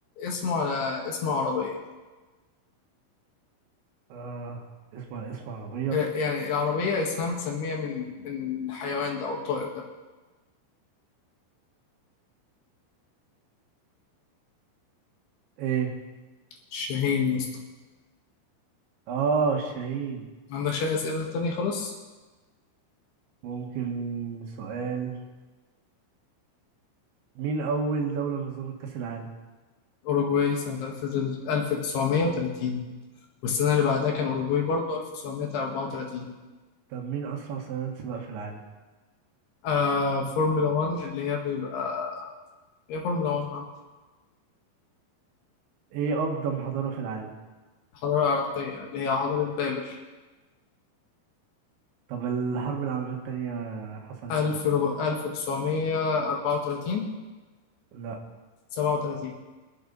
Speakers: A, on the left; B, on the right.
A: اسمه على اسم عربية
B: اه اسم على اسم عربية
A: آه، يعني العربية اسمها متسمية من من الحيوان ده أو الطائر ده
B: ايه
A: الشاهين يا اسطى
B: اه الشهيد
A: ما عندكش أي أسئلة تانية خالص
B: ممكن سؤال مين أول دولة نظمت كأس العالم؟
A: أوروجواي سنة 1930 والسنة اللي بعدها كان أوروجواي برضو 1934
B: طب مين أسرع سيارات سباق في العالم؟
A: آه فورمولا 1 اللي هي بيبقى هي فورمولا 1 آه،
B: ايه اقدم حضارة في العالم
A: الحضارة العراقية يعني، اللي هي حضارة بابل
B: طب الحرب العالمية التانية حصلت
A: 1000
B: امتى
A: 1934
B: لا
A: 37